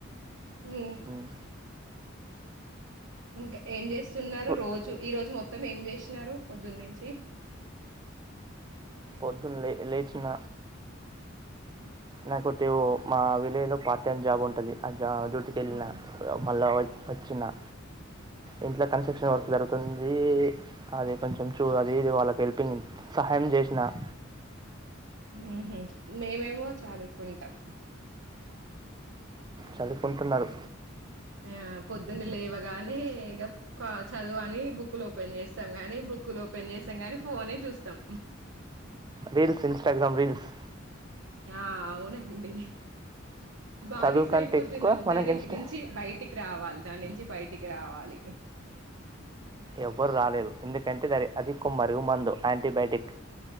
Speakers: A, on the right (about 85°); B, on the right (about 20°).
A: హు
B: మ్,
A: ఇంకా ఏం చేస్తున్నారు
B: పొ-
A: రోజు ఈ రోజు మొత్తం ఏం చే పొద్దున్న నుంచి
B: పొద్దున్న లే లేచిన నాకోటి మా విలేజ్ లో పార్ట్ టైమ్ జాబ్ ఉంటది అ డ్యూటీకి వెళ్ళిన
A: అవునా
B: మళ్ళా వచ్చిన ఇంట్లో కన్స్ట్రక్షన్ వర్క్ జరుగుతుంది అది కొంచెం చూ అదీది వాళ్ళకి హెల్పింగ్ సహాయం చేసి న
A: హ్మ్ హు మేమేమో చదువుకుంటాం
B: చదువుకుంటున్నారు
A: ఆ పొద్దున్న లేవగానే ఇక కాచు చదువు అని ఈ బుక్లు ఓపెన్ చేస్తాం గానీ బుక్కులు ఓపెన్ చేస్తాం గాని ఫోనే చూస్తాం
B: రీల్స్ ఇన్స్టాగ్రమ్ రీల్స్
A: ఆ అవునండి బానిస
B: చదువు కంటే
A: అయిపోతున్నాం
B: ఎక్కువ మనకి
A: <unintelligible>
B: ఇన్స్టా
A: నుంచి బయటికి రావ దాని నుంచి బయటికి రావాలి
B: ఎవరు రాలేదు ఎందుకంటే అది అది ఒక మరుగు మందు యాంటీబయాటిక్